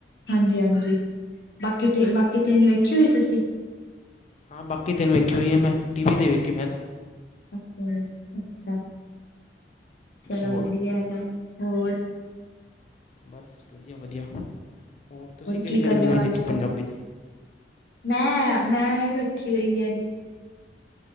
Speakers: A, on the left; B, on the left.
A: ਹਾਂਜੀ, ਹਾਂਜੀ ਬਾਕੀ ਤੇ ਬਾਕੀ ਤਿੰਨ ਵੇਖੀ ਹੋਈ ਤੁਸੀਂ।
B: ਹਾਂ ਬਾਕੀ ਤਿੰਨ ਵੇਖੀ ਹੋਈ ਹੈ ਮੈਂ ਟੀ ਵੀ 'ਤੇ ਵੇਖੀ ਮੈਂ ਤਾਂ।
A: ਅੱਛਾ, ਅੱਛਾ ਚਲੋ
B: ਹੋਰ
A: ਵਧੀਆ ਹੈਗਾ ਏ ਹੋਰ।
B: ਬਸ ਵਧੀਆ ਵਧੀਆ ਹੋਰ ਤੁਸੀਂ ਕਿਹੜੀ-ਕਿਹੜੀ
A: ਕੀ ਕਰ
B: ਮੂਵੀ
A: ਰਹੇ ਹੋ
B: ਦੇਖੀ
A: ਅੱਜ ਕੱਲ
B: ਪੰਜਾਬੀ ਦੀ।
A: ਮੈਂ ਮੈਂ ਵੇਖੀ ਹੋਈ ਏ।